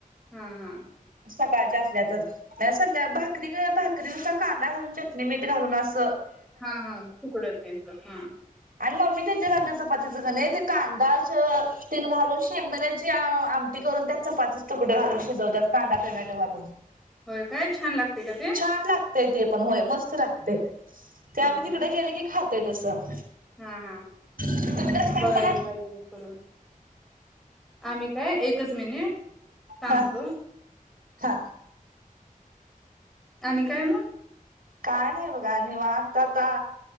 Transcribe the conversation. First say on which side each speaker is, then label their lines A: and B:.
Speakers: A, in the centre; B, on the right (about 80°).
A: हम्म हम्म
B: सकाळच्या असल्या तर नाही संध्याकाळी भाकरी ग भात ते नुसता कांदा घालून चटणी मीठ घालून अस
A: हा हा तुकड तेच हा
B: आणि मम्मी कधीतरी आमच्या चपातीचं की नई ते कांदा तेल घालून शेंगगण्याची आमटी करून त्यात चपातीचे तुकडे घालून शिजवत्यात कांदा टोमॅटो घालून
A: होय काय छान लागते का ते?
B: छान लागतंय ते पण होय मस्त लागतय
A: हा
B: ते आम्ही तिकडे
A: हा
B: गेले की खात ते तसं
A: हा हा
B: तुम्ही कसं
A: बघायला
B: करताय
A: पाहिजे करून आम्ही काय एकच मिनिट सांगतो
B: हा हा
A: आणि काय मग?
B: काय नाही बघा निवांत आता